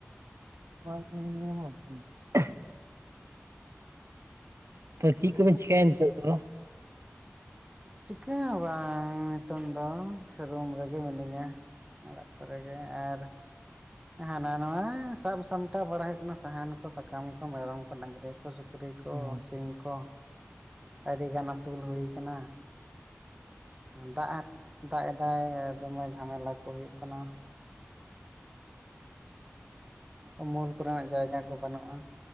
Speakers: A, on the right (about 70°); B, on the right (about 20°).
A: <unintelligible> ᱛᱚ ᱪᱤᱫ ᱠᱚ ᱵᱮᱱ ᱪᱤᱠᱟᱭᱟ ᱱᱤᱛᱚᱜ ᱫᱚ
B: ᱪᱤᱠᱟᱹ ᱦᱚᱸ ᱵᱟᱝ ᱱᱤᱛᱚᱝ ᱫᱚ ᱥᱮ ᱨᱩᱢ ᱨᱮᱜᱮ ᱢᱤᱱᱟᱹᱧᱟ ᱚᱲᱟᱜ ᱠᱚᱨᱮ ᱜᱮ ᱟᱨ ᱦᱮᱱᱟ ᱱᱟᱣᱟ ᱥᱟᱵ ᱥᱟᱢᱴᱟᱣ ᱵᱟᱲᱟ ᱦᱩᱭᱩᱜ ᱠᱟᱱᱟ ᱥᱟᱦᱟᱱ ᱠᱚ ᱥᱟᱠᱟᱢ ᱠᱚ ᱢᱮᱨᱚᱢ ᱠᱚ ᱰᱟᱝᱨᱤ ᱠᱚ <unintelligible> ᱥᱩᱠᱨᱤ ᱠᱚ
A: ᱦᱮᱸ
B: ᱥᱤᱢ ᱠᱚ ᱟᱹᱰᱤ ᱜᱟᱱ ᱟᱹᱥᱩᱞ ᱦᱩᱭ ᱠᱟᱱᱟ ᱫᱟᱜ ᱮ ᱫᱟᱜ ᱮᱫᱟᱭ ᱫᱚᱢᱮ ᱡᱷᱟᱢᱮᱞᱟ ᱠᱚ ᱦᱩᱭᱩᱜ ᱠᱟᱱᱟ ᱩᱢᱩᱞ ᱠᱚ ᱨᱮᱱᱟᱜ ᱡᱟᱭᱜᱟ ᱠᱚ ᱵᱟᱹᱱᱩᱜᱼᱟ